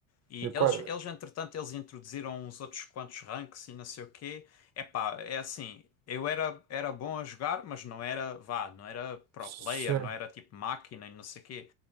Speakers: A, on the left; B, on the right.
A: E
B: De qual?
A: eles, eles, entretanto, eles introduziram uns outros quantos ranks e não sei o quê. Epá, é assim, eu era, era bom a jogar, mas não era, vá, não era pro
B: Sim.
A: player, não era tipo máquina e não sei o quê.